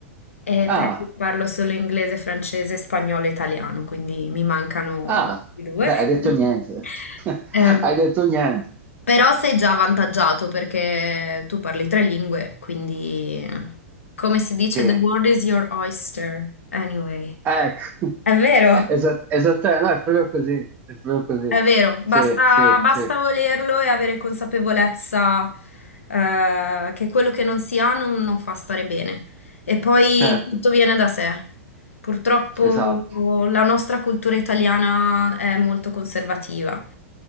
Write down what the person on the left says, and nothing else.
e
però io parlo solo inglese, francese, spagnolo e italiano, quindi mi mancano
gli altri due.
<laughs>
Ehm,
però sei già avvantaggiato perché tu parli tre lingue, quindi come si dice,
the world is your oyster, anyway.
È vero,
è vero, basta,
basta
volerlo e avere consapevolezza eh, che quello che non si ha non, non fa stare bene. E poi
tutto viene da sé. Purtroppo
la nostra cultura italiana è molto conservativa